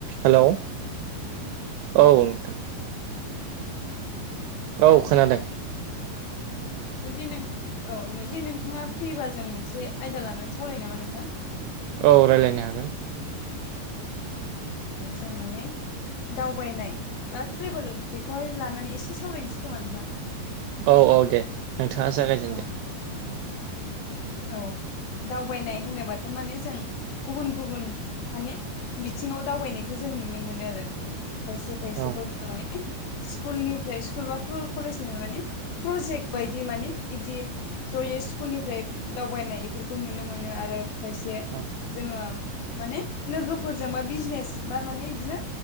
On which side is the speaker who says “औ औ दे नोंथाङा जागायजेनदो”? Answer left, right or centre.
Right